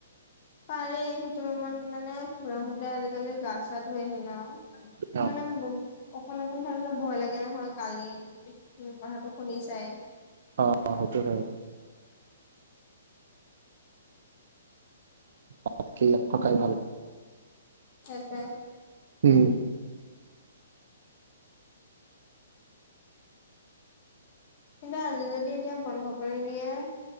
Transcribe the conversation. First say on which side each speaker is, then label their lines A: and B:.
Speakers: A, on the left; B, on the right.
A: পাৰি সেইটো ৰুমত মানে খুৰাহঁতে আজিকালি গা চা ধুই আহি ন, সেইকাৰণে
B: অ
A: মোৰ বহুত, অকলে অকলে থাকিবলে ভয় লাগে নহয় কালি কথাটো শুনি চাই।
B: অ সেইটো হয়। তাতকে নথকাই ভাল।
A: সেইটোৱে।
B: উম,
A: কিন্তু আজি যদি এতিয়া বন্ধ কৰি দিয়ে।